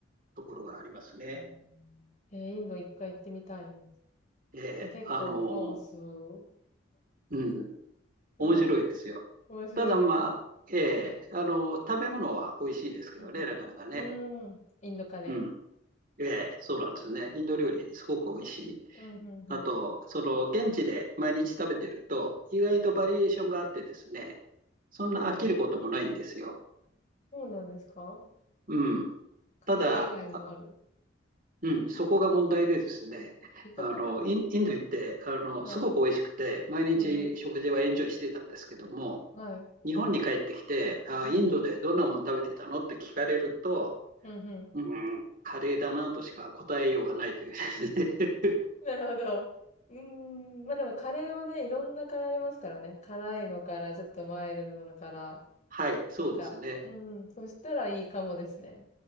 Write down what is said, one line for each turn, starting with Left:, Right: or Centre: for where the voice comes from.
Right: ところがありますね。
Left: うんえー、インド一回行ってみたいです。
Right: ええあの、
Left: 結構カオス。<laughs> う
Right: うん、面白いですよ。
Left: ん。面白いですか
Right: ただまあ、ええあの、食べ物は美味しいですけどね、
Left: うんうん。
Right: なかなかね。
Left: うーん。インドカレ
Right: うん。ええそうなんですね。インド料理すごく美味しい。
Left: ー。うん、うん、うん。
Right: あと、その、現地で毎日食べてると、意外とバリエーションがあってですね、そんな飽きることもないんですよ。
Left: うん。そうなんです。そうなんですか
Right: うん。
Left: カレー以外もある。
Right: ただ、あうん、そこが問題でですね、
Left: <laughs>
Right: あの、イン、インド行って、あの、
Left: はい。
Right: すごく美味しくて、毎日食事はエンジョイしてたんですけども、
Left: うん、うん。はい。
Right: 日本に帰ってきて、あー、
Left: うん、
Right: インドでどんなもの食べてたのって聞かれると、
Left: うん。うん、うん。
Right: うん、カレーだなとしか答えようがないというですね。<laughs>
Left: なるほど。うーん。まあでもカレーもね、いろんなカレーありますからね。辛いのから、ちょっとマイルドなのから。
Right: はい、そうですね。
Left: なんか、うん。そしたらいいかもですね。